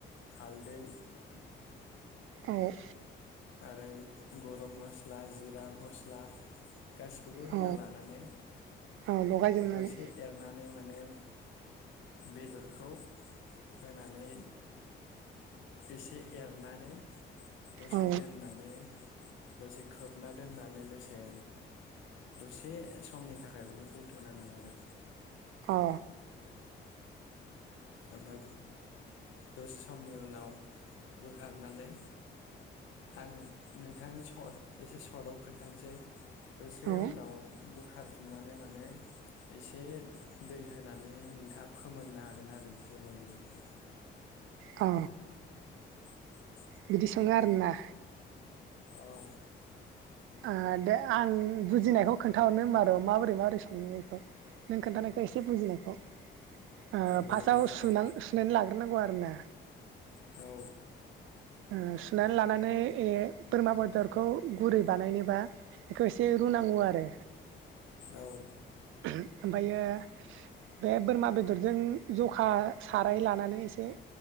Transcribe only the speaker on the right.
औ।
औ
औ लगायजोबनानै
औ
अ
औ
औ
बिदि संङो आरो ना
ओ दे आं बुजिनायखौ खोन्थाहरनो होमबा र' माबोरै माबोरै संङो बेखौ नों खोनन्थानायखौ एसे बुजिनायखौ ओ
फार्स्टआव
सां सुनानै लाग्रोनांगौ आरो ना
ओ सुनानै लानानै बोरमा बेदरखौ गुरै बानायनोबा बेखौ एसे रुनांगौ आरो
ओमफ्रायो बे बोरमा बेदरजों जखा साराय लानानै एसे